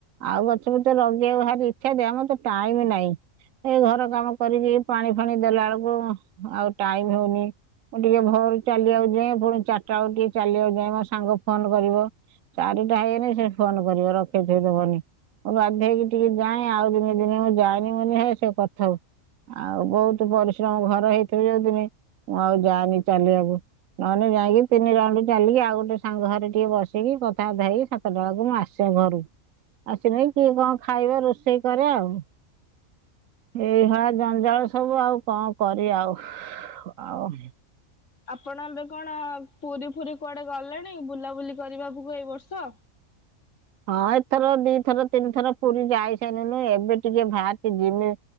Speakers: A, on the right; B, on the left.
A: ଆଉ ଗଛ ଗୁଛା ଲଗେଇକୁ ଭାରି ଇଚ୍ଛା ଯେ ଆଉ ମତେ ଟାଇମ୍ ନାଇଁ ଏଇ ଘର କାମ। କରିବି ପାଣି ଫାଣି ଦେଲା ବଳକୁ ଆଉ ଟାଇମ୍ ହଉନି। ମୁଁ ଟିକେ ଭୋରୁ ଚାଲିିବାକୁ ଯାଏଁ ପୁଣି ଚାରିଟାବେଳକୁ ଟିକେ ଚାଲିିବାକୁ ଯାଏ ମୋ ସାଙ୍ଗ ଫୋନ୍ କରିବ। ଚାରିଟା ହେଇଗଲେ ସେ ଫୋନ୍ କରିବ ରଖେଇ ଥୁଏଇ ଦବନି। ମୁଁ ବାଧ୍ୟ ହେଇକି ଟିକେ ଯାଏଁ ଆଉ ଦିନେ ଦିନେ ମୁଁ ଯାଏନି ମୁଁ କହେ ହେ ସେ କରୁଥାଉ। ଆଉ ବହୁତୁ ପରିଶ୍ରମ ଘରେ ହେଇଥିବ ଯଉଦିନି ମୁଁ ଆଉ ଯାଏନି ଚାଲିବାକୁ। ନହେଲେ ଯାଇକି ତିନି ରାଉଣ୍ଡ ଚାଲିକି ଆଉ ଗୋଟେ ସାଙ୍ଗ ଘରେ ଟିକେ ବସିକି କଥାବାର୍ତା ହେଇକି ସ। ଛଟା ବେଳକୁ ମୁଁ ଆସେ ଘରକୁ କିଏ କଣ ଖାଇବା ରୋଷେଇ କରେ ଆଉ। ଏଇଭଳିଆ ଜଞ୍ଜାଳ ସବୁ ଆଉ କଣ କରିବା ଆଉ ଆଉ।
B: ଆପଣ ଏବେ କଣ ପୁରୀ ଫୁୁରୀ କୁଆଡେ ଗଲେଣି ବୁଲାବୁଲି କରିବାକୁ ଏଇ ବର୍ଷ।
A: ହଁ ଏଥର ଦିଥର ତିନିଥର ପୁରୀ ଯାଇସାରିଲୁଣି ଏବେ ଟିକେ ବାହାରିଚି ଯିମି।